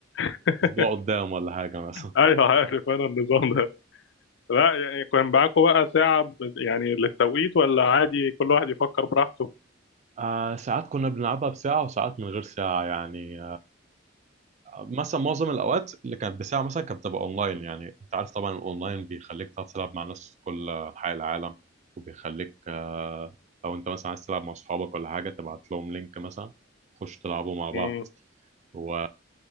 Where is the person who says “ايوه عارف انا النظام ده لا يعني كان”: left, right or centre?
Left